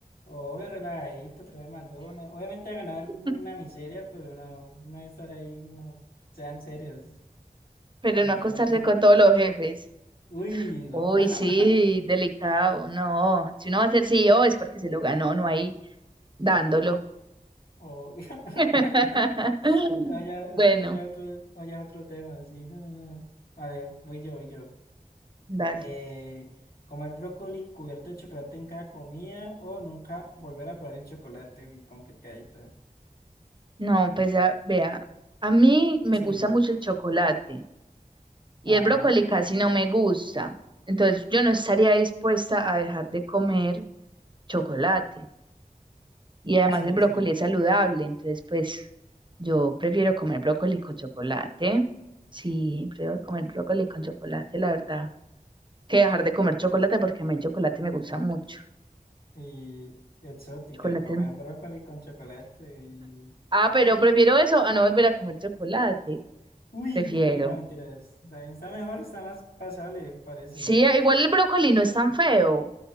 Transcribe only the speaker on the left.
Obvio, relajadito, trae McDonald's. Obviamente va a ganar
una miseria, pero no, no estar ahí, no. Sean serios,
respeten.
<laughs> Uy, no.
<laughs>
Oh. <laughs>
Vaya, eso,
eso ya otro, vaya otro tema, sí, no, no, no. A ver, voy yo, voy yo.
Eh, comer brócoli cubierto de chocolate en cada comida o nunca volver a probar el chocolate, uy, complicadita.
Sí,
ajá,
sí,
sí.
Y exótica,
comer
brócoli con chocolate y...
<laughs>
Uy,
no, no, mentiras. También está mejor, está más pasable, parece.